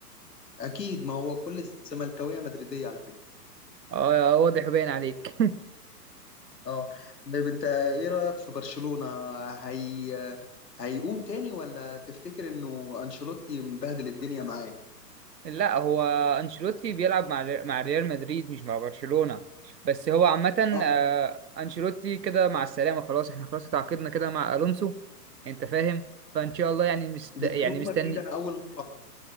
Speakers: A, on the left (about 80°); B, on the right (about 80°).
A: اكيد ما هو كل الزملكاويه مدريديه على فكره
B: اه واضح باين عليك
A: اه طيب انت ايه رايك في برشلونة هي هيقوم تاني ولا تفتكر انه انشيلوتي مبهدل الدنيا معاه
B: <laughs> لا هو انشيلوتي بيلعب مع ري- مع ريال مدريد مش مع برشلونة بس هو عامة
A: اه
B: آه، انشيلوتي كده مع السلامة خلاص احنا خلاص اتعاقدنا كده مع الونسو انت فاهم فان شاء الله يعني مست...
A: دي
B: يعني
A: معلومه
B: مستني
A: جديده انا اول مره